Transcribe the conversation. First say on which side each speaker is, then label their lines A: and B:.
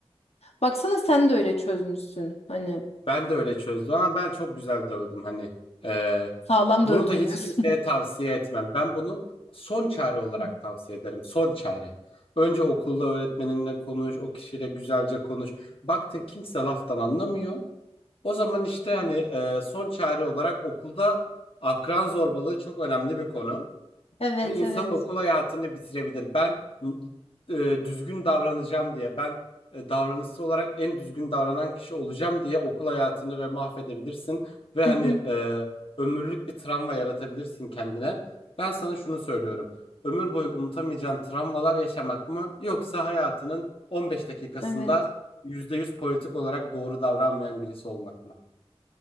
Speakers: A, on the left (about 70°); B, on the left (about 55°).
A: Baksana sen de öyle çözmüşsün. Hani
B: Ben de öyle çözdüm ama ben çok güzel dövdüm. Hani e,
A: sağlam
B: bunu
A: dövdüm
B: da hiç
A: diyorsun.
B: kimseye tavsiye etmem. Ben bunu son çare olarak
A: <laughs>
B: tavsiye ederim. Son çare. Önce okulda öğretmeninle konuş, o kişiyle güzelce konuş. Baktın kimse laftan anlamıyor. O zaman işte hani e, son çare olarak okulda akran zorbalığı çok önemli bir konu.
A: Evet,
B: Ve insanın
A: evet.
B: okul hayatını bitirebilir. Ben e, düzgün davranacağım diye, ben e, davranışsal olarak en düzgün davranan kişi olacağım diye okul hayatını ve mahvedebilirsin. Ve
A: Hı
B: hani
A: hı,
B: e, ömürlük bir travma yaratabilirsin kendine. Ben sana şunu söylüyorum. Ömür boyu unutamayacağın travmalar yaşamak mı? Yoksa hayatının 15 dakikasında
A: evet.
B: %100 politik olarak doğru davranmayan birisi olmak mı?